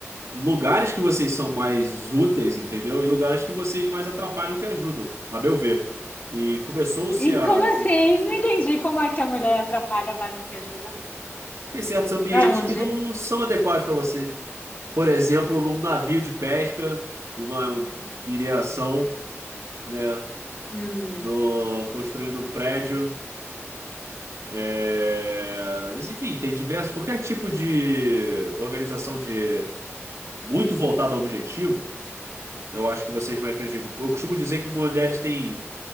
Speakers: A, on the right; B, on the left.
A: lugares que vocês são mais úteis, entendeu? E lugares que vocês mais atrapalham que ajudam, a meu ver. E começou-se
B: E
A: a.
B: como assim? Não entendi como é que a mulher atrapalha mais do que ajuda.
A: Tem certos ambientes
B: Aonde?
A: que não são adequados para vocês. Por exemplo, num navio de pesca, numa mineração né?
B: Hum,
A: no, construindo um prédio. É, mas, enfim, tem diversos, qualquer tipo de organização de muito voltada ao objetivo, eu acho que vocês mais prejudicam. Eu costumo dizer que mulheres têm,